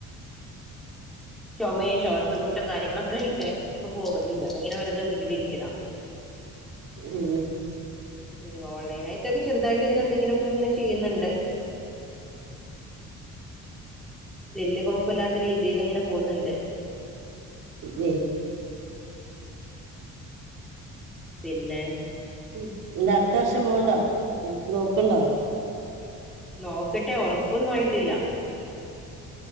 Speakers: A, in the centre; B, on the right.
A: ചോമേം ശ്വാസമുട്ടും കാര്യങ്ങളൊക്കെ ആയിട്ടേ ഇപ്പ പോവലില്ല ഇപ്പൊ ഇങ്ങനെ വെറുതെ വീട്ടിലിരിക്കണം
B: ഉം
A: ഉം ഓൺലൈനായിട്ടൊക്കെ ചെറുതായിട്ട് ഇങ്ങനെന്തെങ്കിലും ഒക്കെ ഇങ്ങന ചെയുന്നുണ്ട് വല്യ കൊഴപ്പ ഇല്ലാത്ത രീതിയിൽ ഇങ്ങനെ പോന്നുണ്ട്
B: ഉം
A: പിന്നെ
B: ഉം എന്താ അടുത്ത വർഷം പോവണ്ടോ ജോലിക്ക് നോക്കണ്ടോ
A: നോക്കട്ടെ ഒറപ്പൊന്നും ആയിട്ടില്ല